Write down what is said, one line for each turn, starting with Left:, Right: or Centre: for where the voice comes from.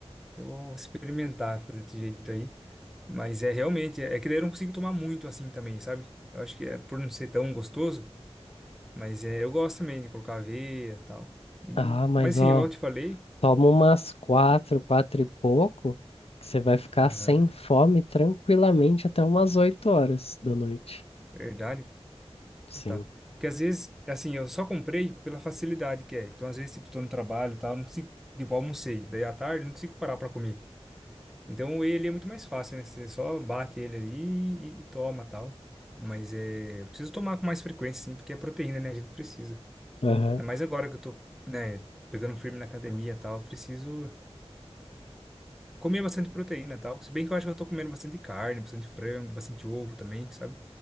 Centre: Eu vou experimentar fazer desse jeito aí. Mas é realmente, é que daí eu não consigo tomar muito assim também, sabe? Eu acho que é por não ser tão gostoso, mas é, eu gosto também de colocar aveia e tal. E,
Left: Ah, mas
Centre: mas assim,
Left: ó,
Centre: igual eu te falei,
Left: toma umas quatro, quatro e pouco, que você vai ficar
Centre: aham,
Left: sem fome tranquilamente até umas oito horas da noite.
Centre: verdade,
Left: Sim.
Centre: tá. Porque às vezes, assim, eu só comprei pela facilidade que é. Então, às vezes, tipo, tô no trabalho e tal, não consigo, tipo, almocei. Daí à tarde, não consigo parar pra comer. Então ele é muito mais fácil, né? Você só bate ele ali e, e toma tal. Mas é, eu preciso tomar com mais frequência, sim, porque é proteína, né? A gente precisa.
Left: Aham,
Centre: Ainda mais agora que eu tô, né, pegando firme na academia e tal, eu preciso comer bastante proteína e tal. Se bem que eu acho que eu tô comendo bastante carne, bastante frango, bastante ovo também, sabe?